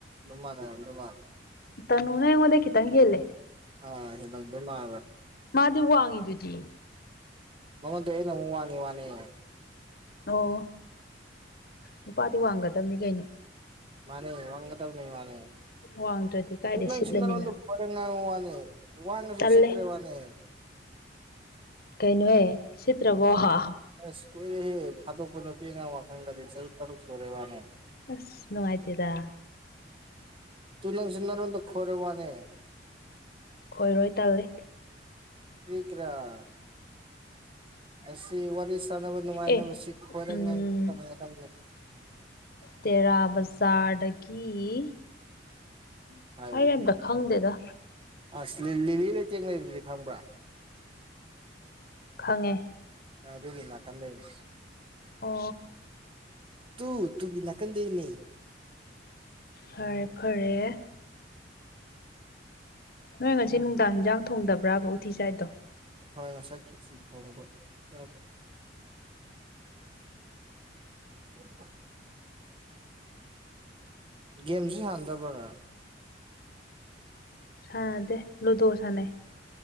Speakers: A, on the right (about 30°); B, on the left (about 55°).
A: ꯃꯅꯦ ꯅꯨꯅꯨꯡꯃꯥꯟ
B: ꯇꯅꯥꯏꯉꯣꯟꯈꯤꯇꯪꯒꯦꯂꯦ
A: ꯑ ꯍꯒꯗ ꯃꯥ
B: ꯃꯥꯗꯤ ꯋꯥꯡꯉꯤꯗꯨꯗꯤ
A: ꯃꯃꯗꯨ ꯍ ꯅꯨ ꯋꯥꯅꯤ ꯋꯥꯅꯦ
B: ꯑꯣ ꯅꯨꯄꯥꯗꯤ ꯋꯥꯡꯒꯗꯕꯅꯤ ꯀꯩꯅꯣ
A: ꯃꯥꯅꯦ ꯋꯥ ꯇꯝꯅꯤ ꯃꯥꯅꯦꯅꯔ
B: ꯋꯥꯡꯗ꯭ꯔꯗꯤ ꯀꯥꯏꯗ ꯁꯤꯠꯂꯅꯤꯅ
A: ꯐꯔ ꯃꯥꯅꯤ ꯋꯥꯉ ꯁꯨꯁꯤꯛꯇ꯭ꯔꯦ
B: ꯇꯜꯂꯦ
A: ꯋꯥꯅꯦ
B: ꯀꯩꯅꯣꯍꯦ ꯁꯤꯠ ꯇ ꯋꯣꯍꯥ
A: ꯑꯁ ꯀꯨꯏꯔꯦꯍꯦ ꯊꯥꯗꯣꯛꯄ ꯅꯨꯄꯤ ꯑꯉꯥꯡ ꯋꯥꯈꯟꯒꯗꯤ ꯆꯍꯤ ꯇꯔꯨꯛ ꯁꯨꯔꯦꯕꯅꯦ
B: ꯑꯁ ꯅꯨꯡꯉꯥꯏꯇꯦꯗ
A: ꯇꯨ ꯅꯪꯁꯣ ꯅꯔꯣꯟꯗꯣ ꯈꯣꯏꯔ ꯋꯥꯅꯦ
B: ꯈꯣꯏꯔꯣꯏ ꯇꯥꯜꯂꯤ
A: ꯁ꯭ꯀ꯭ꯔꯥ ꯑꯁꯤ ꯋꯥꯔꯤ ꯁꯥꯟꯅꯕ ꯅꯨꯡꯉꯥꯏꯅꯕ
B: ꯑꯦ
A: ꯁꯤ ꯈꯣꯏꯔ
B: ꯎꯝ
A: ꯉꯇ ꯇ
B: ꯇꯦꯔꯥꯕꯖꯥꯔꯗꯒꯤ
A: ꯎꯝ ꯍꯥꯏꯌꯨ
B: ꯑ ꯌꯥꯝꯅ ꯗ ꯈꯥ ꯍꯗꯗ
A: ꯑꯁ ꯂꯤꯂꯤ ꯂꯩꯇꯦꯡ ꯂꯩꯔꯤꯗꯤ ꯈꯪꯕ꯭ꯔꯥ
B: ꯈꯪꯉꯦ
A: ꯑꯗꯨꯒꯤ ꯅꯥꯀꯝ ꯂꯩꯅꯤ
B: ꯑꯣ
A: ꯇꯨ ꯇꯨꯒꯤ ꯅꯥꯀꯟꯗꯅꯤ
B: ꯐꯔꯦ ꯐꯔꯦ ꯅꯣꯏ ꯉꯁꯤ
A: ꯎꯝ
B: ꯅꯨꯡꯗꯥꯡ
A: ꯎꯝ
B: ꯍꯤꯟꯖꯥꯡ ꯊꯣꯡꯗꯕ꯭ꯔꯥꯕ ꯎꯇꯤ ꯆꯥꯏꯗꯣ
A: ꯍꯣꯏ ꯑꯁꯥꯏꯁꯤ ꯊꯠ ꯎ ꯒꯦꯝꯁꯨ ꯁꯥꯟꯗꯕ꯭ꯔꯅꯦ
B: ꯁꯥꯟꯅꯗꯦ ꯂꯨꯗꯣ ꯁꯥꯟꯅꯩ